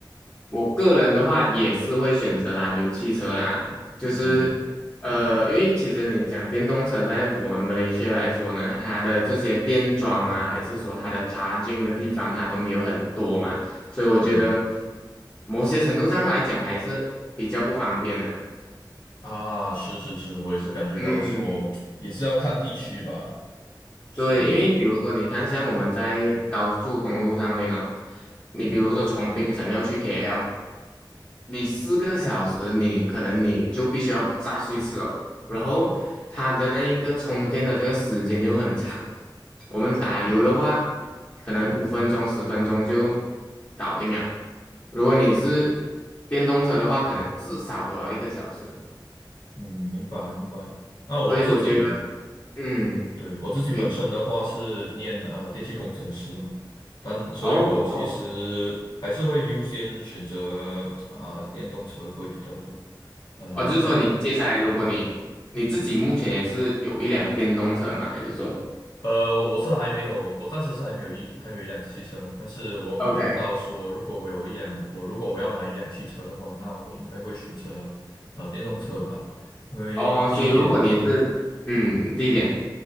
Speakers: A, on the left (about 30°); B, on the left (about 65°).
A: 我个人的话也是会选择燃油汽车啦，就是呃，
B: 嗯
A: 因为其实你讲电动车，在我们马来西亚来说呢，它的这些电桩啊，还是说它的扎进的地方，它都没有很多嘛，所以我觉得
B: 嗯
A: 某些程度上来讲还是比较不方便的。
B: 啊，是是是，我也是感觉到说，
A: 嗯，
B: 也是要看地区吧。是，
A: 对，因为比如说你看，像我们在高速公路上面哦，你比如说从槟城要去 KL。你四个小时，你可能你就必须要再去吃哦。然后它的那一个充电的这个时间就很长。我们打油的话，可能五分钟、十分钟就搞定了。如果你是电动车的话，可能至少都要一个小时。
B: 嗯，明白明白。那我自己
A: 所以我觉得，嗯，
B: 对我自己本身的话是念呃电气工程师的嘛，
A: 你
B: 但所以我其实还是会优先选择啊、
A: 哦哦
B: 电动车会比较多。呃，
A: 哦，就是说你接下来，
B: 因为
A: 如果你你自己目前也是有一辆电动车吗？还是说
B: 呃，我是还没有，我暂时是还没有一还没有一辆汽车，但是我感觉到说，
A: OK，
B: 如果我有一辆，我如果我要买一辆汽车的话，那我应该会选择呃电动车吧，因为第一点，
A: 哦，所以如果你是嗯地点。